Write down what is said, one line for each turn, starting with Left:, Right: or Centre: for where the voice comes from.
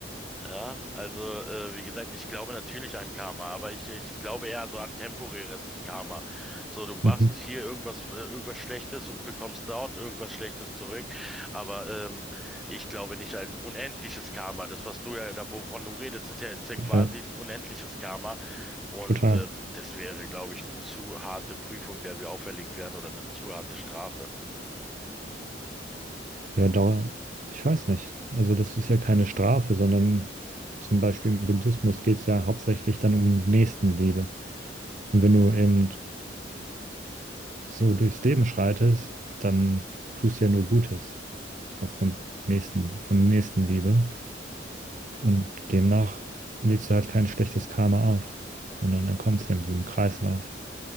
Centre: Ja, also äh, wie gesagt, ich glaube natürlich an Karma, aber ich, ich glaube eher so an temporäres Karma. So, du machst
Right: Mhm.
Centre: hier irgendwas, äh, irgendwas Schlechtes und bekommst dort irgendwas Schlechtes zurück. Aber ähm, ich glaube nicht an unendliches Karma. Das, was du ja, da, wovon du redest, ist ja, ist ja quasi
Right: Ja,
Centre: ein unendliches Karma. Und
Right: total.
Centre: ähm, das wäre, glaube ich, eine zu harte Prüfung, der wir auferlegt werden oder eine zu harte Strafe.
Right: Ja, Dauer, ich weiß nicht. Also das ist ja keine Strafe, sondern zum Beispiel im Buddhismus geht es ja hauptsächlich dann um Nächstenliebe. Und wenn du eben so durchs Leben schreitest, dann tust du ja nur Gutes aufgrund nächsten, von Nächstenliebe. Und demnach lädst du halt kein schlechtes Karma auf, sondern dann kommt es ja mit diesem Kreislauf.